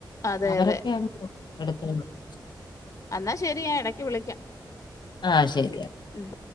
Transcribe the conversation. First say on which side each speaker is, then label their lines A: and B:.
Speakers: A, on the left (about 40°); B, on the left (about 65°).
A: അതെ
B: അവരൊക്കെ
A: അതെ
B: എടുത്തോളും <inaudible>
A: എന്നാ ശരി ഞാൻ ഇടക്ക് വിളിക്കാം
B: ആഹ് ശെരി
A: ഉം